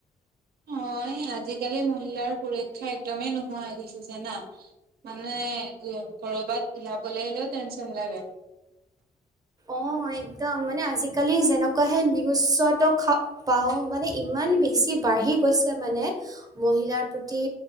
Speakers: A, on the right; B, on the right.
A: হয় আজিকালি মহিলাৰ সুৰক্ষা ক্ষা একদমেই নোহোৱা হৈ গৈছে জানা মানে উ ক'ৰবাত উলাবলৈ আহিলেও টেনচন লাগে।
B: অৱ একদম মানে আজিকালি যেনেকুৱাহে নিউজটো খ পাও মানে ইমান বেছি বাঢ়ি গৈছে মানে মহিলাৰ প্ৰতি